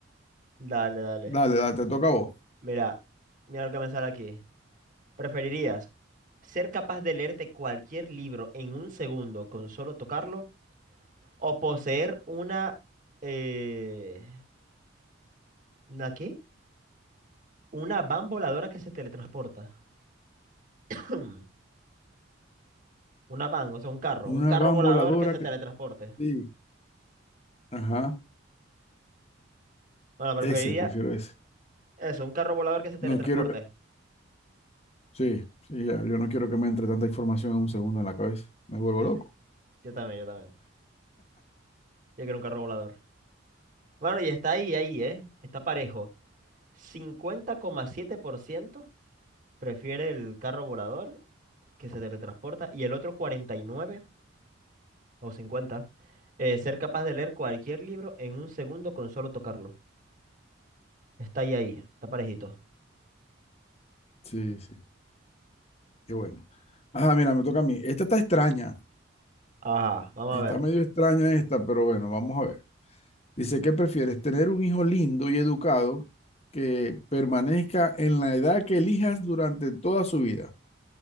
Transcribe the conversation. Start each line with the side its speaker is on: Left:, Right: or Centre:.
Right: dale, dale.
Left: Dale, dale, te toca a vos.
Right: Mira, mira lo que me sale aquí. ¿Preferirías ser capaz de leerte cualquier libro en un segundo con solo tocarlo? ¿O poseer una... Eh, ¿una qué? Una van voladora que se teletransporta. <clears throat> Hmm, Una van, o sea, un carro. Un
Left: Una
Right: carro
Left: van
Right: volador
Left: voladora
Right: que se
Left: que...
Right: teletransporte.
Left: Sí, ajá,
Right: Bueno, preferiría
Left: ese, prefiero ese.
Right: eso, un carro volador que se teletransporte.
Left: No quiero que... Sí, sí, ya, yo no quiero que me entre tanta información en un segundo en la cabeza. Me vuelvo
Right: Sí,
Left: loco.
Right: sí. Yo también, yo también. Yo quiero un carro volador. Bueno, y está ahí, ahí, ¿eh? Está parejo. cincuenta coma siete por ciento Prefiere el carro volador que se teletransporta y el otro 49 o cincuenta eh, ser capaz de leer cualquier libro en un segundo con solo tocarlo. Está ahí, ahí, está parejito.
Left: Sí, sí, qué bueno. Ajá, mira, me toca a mí. Esta está extraña,
Right: Ajá, vamos
Left: está
Right: a ver.
Left: medio
Right: qué-
Left: extraña esta, pero bueno, vamos a ver. Dice, ¿qué prefieres? ¿Tener un hijo lindo y educado que permanezca en la edad que elijas durante toda su vida?